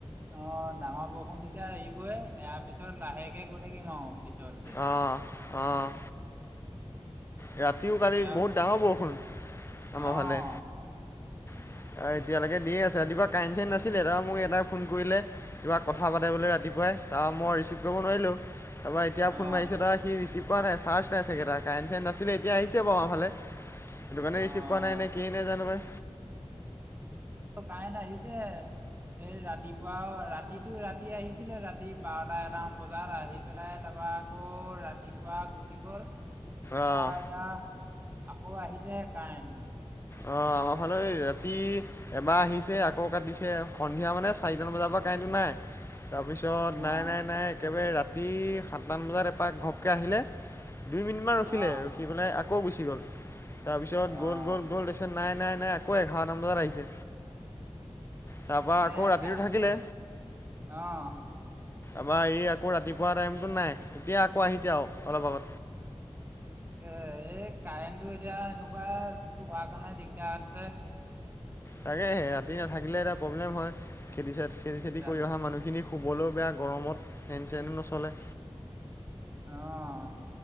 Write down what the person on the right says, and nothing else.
অ' ডাঙৰ বৰষুণ তেতিয়া এৰিবই, ইয়াৰ পিছত লাহেকে গৈ থাকিম আৰু। পিছতকে
এতিয়া
অঁ
অঁ
অঁ
ত' কাৰেণ্ট আহিছে, এই ৰাতিপুৱা অ' ৰাতিটো ৰাতি আহিছে। ছিলে ৰাতি বাৰটা এটামান বজাত, আহি পেলাই তাৰপা আকৌ ৰাতিপুৱা গুচি গ'ল। তাৰাপা
এতিয়া আকৌ আহিছে কাৰেণ্ট।
অঁ
অঁ
অঁ
এয়া
কা
অ'।
তে, এই কাৰেণ্টটো এতিয়া এনেকুৱাটো হোৱাৰ কাৰণে দিগদাৰ হৈছে।
ৰাতি
অ'।